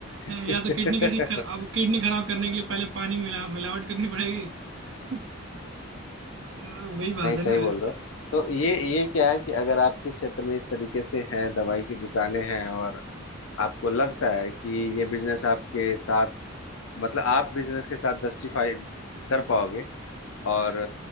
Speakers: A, on the right (about 65°); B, on the left (about 80°).
A: हैं,
B: फिर
A: या तो किडनी किसी खर, अब
B: <laughs>
A: किडनी खराब करने के लिए पहले पानी मिला मिलावट करनी पड़ेगी <laughs> तो वही बात
B: नहीं सही
A: है ना
B: बोल रहा हूँ। तो ये ये क्या है कि अगर आपके क्षेत्र में इस तरीके से हैं दवाई की दुकानें हैं और आपको लगता है कि ये बिजनेस आपके साथ मतलब आप बिजनेस के साथ जस्टिफाई कर पाओगे और